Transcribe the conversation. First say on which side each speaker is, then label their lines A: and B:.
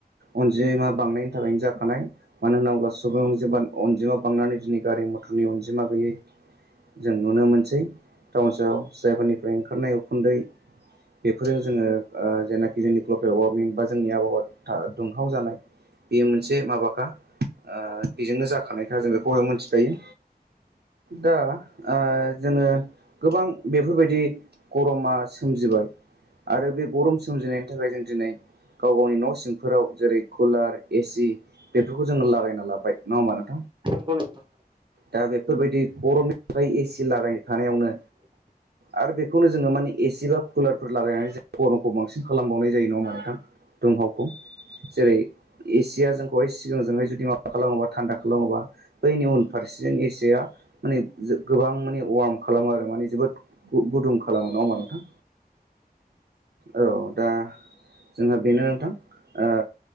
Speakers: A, on the right; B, on the right.
A: अनजिमा बांनायनि थाखायनो जाखानाय मानो होनना बुङोब्ला सुबुं अनजिमा। अनजिमा बांनानै दिनै गारि मथरनि अनजिमा गैयै जों नुनो मोनसै टाउन सहाव जायफोरनिफ्राय ओंखारनाय उखुन्दै बेफोरजों जोङो ओ जेनाखि जोंनि ग्लपेल वा मिं बा जोंनि आबहावा था दुंहाव जानाय बेयो मोनसे माबाखा। ओ बेजोंनो जाखानायखा जों बेखौ मोनथिखायो। दा ओ जोङो गोबां बेफोर बायदि गरमा सोमजिबाय आरो बे गरम सोमजिनायनि थाखाय जों दिनै गाव गावनि न' सिंफोराव जेरै कुलार एसि बेफोरखौ जोङो लागायना लाबाय नङा होमबा नो
B: नंगौ नो
A: दा बेफोर बायदि गरमनि थाखाय एसि लागायनो थानायावनो। आरो बेखौनो जोङो माने एसि बा कुलार बायनानै गरमखौ जों बांसिन खालामबावनाय जायो नङा होमबा नोंथां दुंहावखौ जेरै एसिया जोंखौहाय सिगांजोंहाय जुदि माबा खालामोबा थान्दा खालामोबा बैनि उनफारसेजों एसिया माने जो गोबां माने वार्म खालामो आरो माने जोबोद गु-गुदुं खालामो नङा हबा नोंथां?
B: <inaudible>
A: औ दा जोंहा बेनो नोंथां ओ